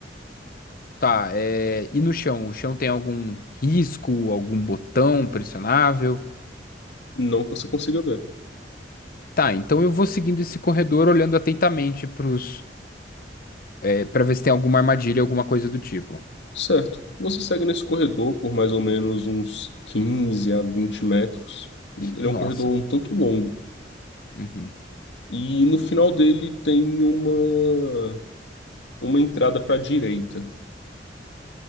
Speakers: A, on the left (about 55°); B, on the left (about 80°).
A: Tá, é... e no chão? O chão tem algum risco, algum botão pressionável?
B: não que você consiga ver.
A: Tá, então eu vou seguindo esse corredor olhando atentamente pros, é, para ver se tem alguma armadilha, alguma coisa do tipo.
B: Certo, você segue nesse corredor por mais ou menos uns 15 a 20 metros. Ele
A: Nossa.
B: é um corredor um tanto longo.
A: Uhum.
B: E no final dele tem uma, uma entrada para a direita.